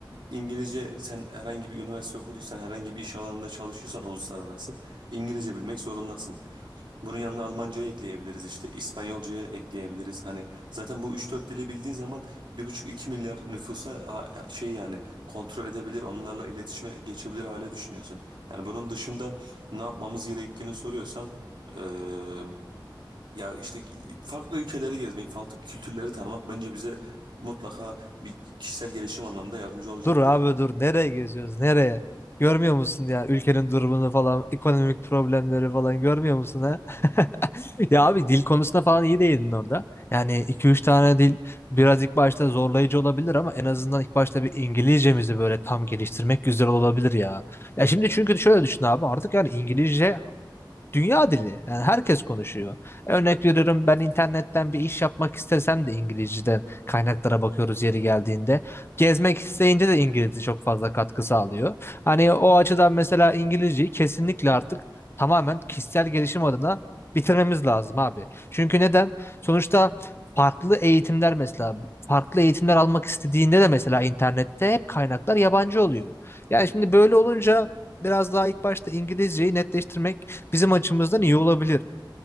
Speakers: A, on the right; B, on the left.
A: İngilizce sen herhangi bir üniversite okuduysan herhangi bir iş alanında çalışıyorsan uluslararası İngilizce bilmek zorundasın. Bunun yanına Almancayı ekleyebiliriz işte İspanyolcayı ekleyebiliriz. Hani zaten bu üç dört dili bildiğin zaman bir buçuk iki milyar nüfusa ha- ha- şey yani kontrol edebilir onlarla iletişime geçebilir hale düşünüyorsun. Yani bunun dışında ne yapmamız gerektiğini soruyorsan eee, ya işte farklı ülkeleri gezmek, farklı kültürleri tanımak bence bize mutlaka bir kişisel gelişim anlamında yardımcı olacaktır.
B: Dur abi dur nereye geziyoruz nereye? Görmüyor musun ya ülkenin durumunu falan ekonomik problemleri falan görmüyor musun ha? <laughs> Ya abi dil konusunda falan iyi değildin orada. Yani iki üç tane dil biraz ilk başta zorlayıcı olabilir ama en azından ilk başta bir İngilizcemizi böyle tam geliştirmek güzel olabilir ya. Ya şimdi çünkü şöyle düşün abi artık yani İngilizce dünya dili. Yani herkes konuşuyor. Örnek veriyorum ben internetten bir iş yapmak istesem de İngilizceden kaynaklara bakıyoruz yeri geldiğinde. Gezmek isteyince de İngilizce çok fazla katkı sağlıyor. Hani o açıdan mesela İngilizceyi kesinlikle artık tamamen kişisel gelişim adına bitirmemiz lazım abi. Çünkü neden? Sonuçta farklı eğitimler mesela farklı eğitimler almak istediğinde de mesela internette hep kaynaklar yabancı oluyor. Yani şimdi böyle olunca biraz daha ilk başta İngilizceyi netleştirmek bizim açımızdan iyi olabilir.